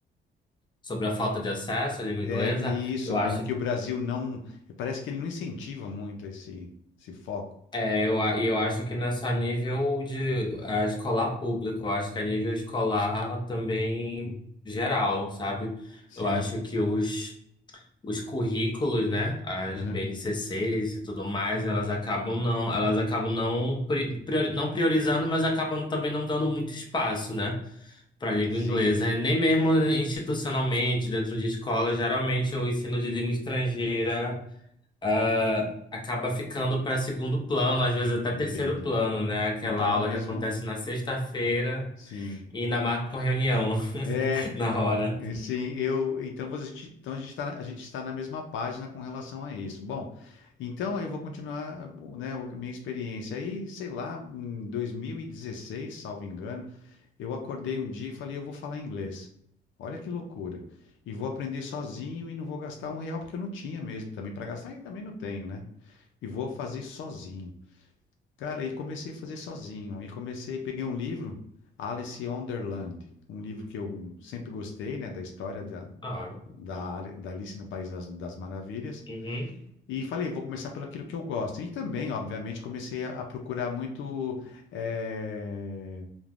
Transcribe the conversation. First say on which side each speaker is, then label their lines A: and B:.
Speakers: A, on the left (about 20°); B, on the left (about 75°).
A: Sobre a falta de acesso à língua inglesa,
B: É e isso,
A: eu acho,
B: aqui o Brasil não, parece que ele não incentiva muito esse, esse foco.
A: é, eu, a- e eu acho que não é só nível de é, escolar público, eu acho que é nível escolar também geral, sabe?
B: Sim,
A: Eu acho que os os currículos, né, as
B: aham,
A: BNCCs e tudo mais, elas acabam não, elas acabam não pri- priori- não priorizando, mas acabam também não dando muito espaço, né, para a língua
B: Sim,
A: inglesa. É, Nem mesmo institucionalmente, dentro de escola, geralmente o ensino de língua estrangeira ah, acaba ficando para segundo plano, às vezes até
B: entendo.
A: terceiro plano, né, aquela
B: Então
A: aula
B: é mesmo,
A: que acontece na sexta-feira
B: sim.
A: e ainda marca uma reunião
B: É,
A: <laughs> na hora.
B: É, Sim, eu, então, você, então a gente está, a gente está na mesma página com relação a isso. Bom, então eu vou continuar, né, a minha experiência. Aí, sei lá, em 2016 salvo engano, eu acordei um dia e falei, eu vou falar inglês. Olha que loucura. E vou aprender sozinho e não vou gastar um real, porque eu não tinha mesmo também para gastar, e também não tenho, né? E vou fazer sozinho. Cara, e comecei a fazer sozinho. Aí comecei, peguei um livro, Alice in Wonderland, um livro que eu sempre gostei, né, da história da,
A: Ah,
B: da, Ari- da Alice no País das, das Maravilhas.
A: uhum.
B: E falei, vou começar pelo aquilo que eu gosto. E também, obviamente, comecei a, a procurar muito eh,